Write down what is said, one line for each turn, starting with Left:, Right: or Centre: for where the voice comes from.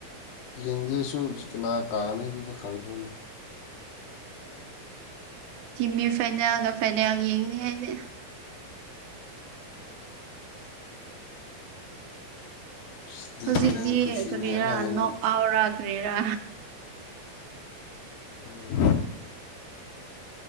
Left: ꯌꯦꯡꯗ꯭ꯔꯁꯨ ꯀꯅꯥ ꯀꯥꯅꯤ ꯑꯗꯨꯗ ꯈꯪꯈ꯭ꯔꯦꯅ
Right: ꯇꯤꯝꯃꯤ ꯐꯥꯏꯅꯅꯦꯜꯒ ꯐꯥꯏꯅꯥꯜ ꯌꯦꯡꯅꯤ ꯑꯩꯗꯤ
Left: ꯑꯗꯨꯗꯤ
Right: ꯍꯧꯖꯤꯛꯇꯤ
Left: ꯅꯪ ꯈꯨꯁꯤꯅꯦ
Right: ꯀꯔꯤꯔꯥ
Left: ꯑꯩꯅ ꯍꯥꯏꯅꯤꯡ
Right: ꯅꯣꯛ ꯑꯥꯎꯔ ꯀꯔꯤꯔꯥ
Left: ꯀꯔꯤ